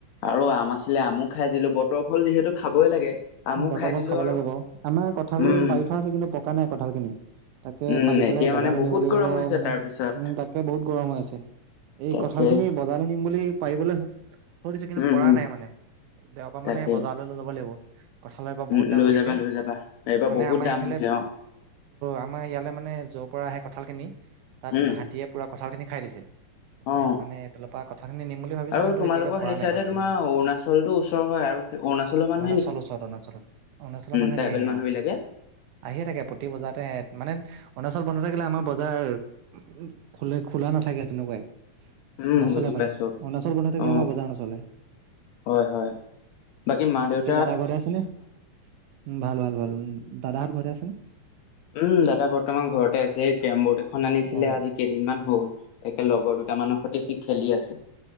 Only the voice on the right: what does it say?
বতৰৰ
খাব
লাগে বাৰু। আমাৰ কঁঠাল
পাৰি থোৱা আছে কিন্তু পকা নাই কঁঠাল খিনি। তাকে
পাৰি পেলাই
বজাৰলৈ
নিব লাগিব
মানে।
উম তাকে বহুত গৰম হৈ আছে। এই
কঁঠাল খিনি বজাৰলৈ নিম বুলি পাৰিব থৈ দিছো, কিন্তু
পৰা
নাই মানে। দেওবৰা মানে
বজাৰলৈ লৈ যাব লাগিব। কঁঠালৰ এইবাৰ
বহুত দাম
পৰিছে।
মানে
আমাৰ
এইফালে
আমাৰ ইয়ালে মানে যৰ পৰা আহে কঁঠাল খিনি, তাত
হাতীয়ে পোৰা কঁঠাল খিনি খাই দিছে। তাপা
সেইটো কাৰণে এইফালৰ পৰা কথাখিনি নিম বুলি ভাবিছো,
কিন্তু
এতিয়ালৈকে পৰা
নাই
কঁঠাল
খিনি।
অৰুণাচল ওচৰত অৰুণাচলত। অৰুণাচলৰ মানুহে
নিয়েহি
অঁ।
আহিয়ে থাকে প্ৰতি বজাৰ তে মানে অৰুণাচল বন্ধ থাকিলে আমাৰ বজাৰ খো খোলা নাথাকে তেনেকুৱাই।
নচলে
মানে।
অৰুণাচল বন্ধ থাকিলে
আমাৰ বজাৰ নচলে।
এই দাদাৰ ঘৰতে আছেনে? উম ভাল ভাল ভাল উম। দাদাহঁত ঘৰতে আছেনে?
অ অ